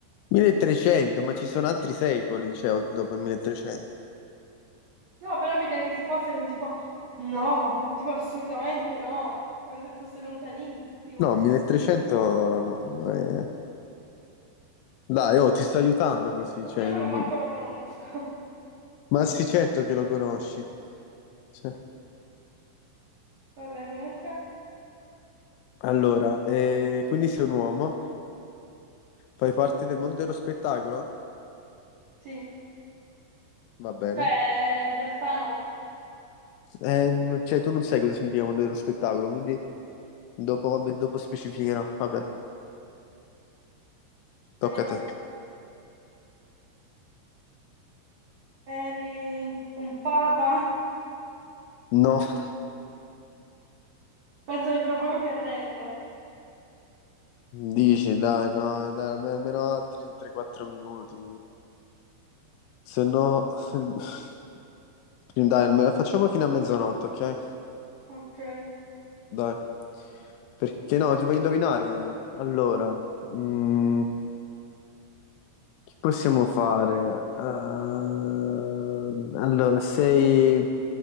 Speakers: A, on the left (about 85°); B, on the right (about 75°).
A: 1300, ma ci sono altri secoli, cioè, oltre- dopo il 1300.
B: No, però mi dai risposte con tipo... No, tipo assolutamente no. Come se fosse lontanissimo.
A: No, 1300 no. eh. Dai, oh, ti sto aiutando così,
B: Ma
A: cioè...
B: io non
A: non-
B: mi manco lo conosco.
A: Ma sì, certo che lo conosci. Cioè,
B: <laughs> Vabbè, comunque...
A: Allora, eh, quindi sei un uomo, fai parte del mondo dello spettacolo?
B: Sì.
A: Va bene.
B: Cioè, in realtà no.
A: Eh, cioè, tu non sai cosa significa mondo dello spettacolo, quindi dopo, vabbè, dopo specificherò. Vabbè, tocca
B: Eh,
A: a te.
B: Eri un papa?
A: No, <laughs>
B: Penso che fra poco mi arrendo.
A: dici, dai, no, dai, alme- almeno altri 3-4 minuti. Se no, <laughs> <sighs> dai, almeno- facciamo fino a mezzanotte, ok?
B: Ok.
A: Dai, perché no, ti voglio indovinare io. Allora, mm, che possiamo fare? Ehm, allora, sei...